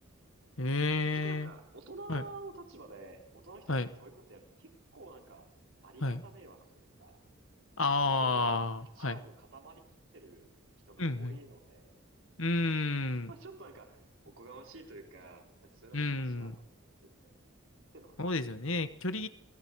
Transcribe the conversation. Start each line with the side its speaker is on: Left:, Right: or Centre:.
Left: ええ。
Right: あ結局なんか、大人の立場で、
Left: はい。
Right: 大人の人になんかそういうことやるって結構なんか、
Left: はい。
Right: ありがた迷惑というか、
Left: はい。ああ、
Right: いやもう価値観も固まりきってる人が多いので、
Left: はい。うんうー
Right: なんか、それはちょっとなんか、
Left: ん、
Right: おこがましいというか、なんかそういうの難しいなと思っていて。
Left: うーん、
Right: っていうのはあります。
Left: そうですよね。距離、